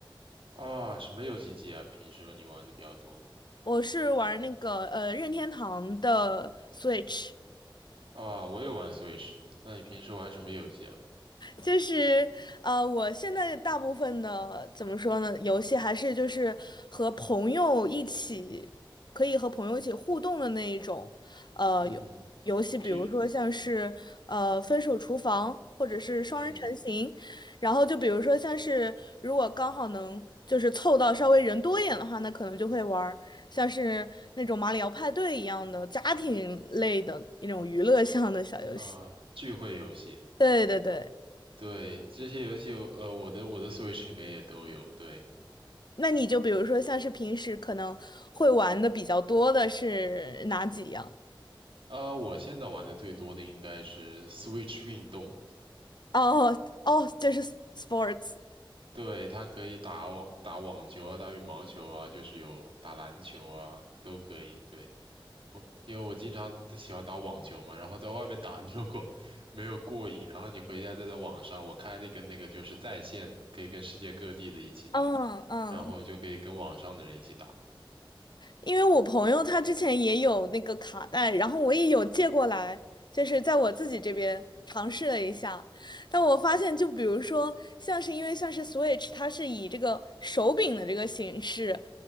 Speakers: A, on the right; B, on the left.
A: 啊，什么游戏机啊？平时你玩的比较多？
B: 我是玩儿那个，呃，任天堂的 Switch。
A: 啊，我也玩 Switch。那你平时玩什么游戏啊？
B: 就是呃，我现在大部分的怎么说呢，游戏还是就是和朋友一起，可以和朋友一起互动的那一种，呃，
A: 嗯，
B: 游游戏，比如说像是呃《分手厨房》或者是双人成行，
A: 聚，嗯
B: 然后就比如说像是如果刚好能就是凑到稍微人多一点的话，那可能就会玩儿像是那种马里奥派对一样的家庭类的那种娱乐向的小游戏。
A: 啊，聚会游戏。
B: 对对对。
A: 对，这些游戏我呃，我的我的 Switch 里面也都有。对，
B: 那你就比如说像是平时可能会玩的比较多的是哪几样？
A: 啊，我现在玩的最多的应该是 Switch 运动。
B: 哦哦，这是 sports。
A: 对，它可以打网打网球啊，打羽毛球啊，就是有打篮球啊，都可以。对，我因为我经常喜欢打网球嘛，然后在外面打，<laughs> 如果没有过瘾，然后你回家再在网上，我开了一个那个就是在线的，可以跟世界各地的一起打，
B: 嗯嗯，
A: 然后就可以跟网上的人一起打。
B: 因为我朋友他之前也有那个卡带，然后我也有借过来，就是在我自己这边尝试了一下，但我发现，就比如说，像是因为像是 Switch，它是以这个手柄的这个形式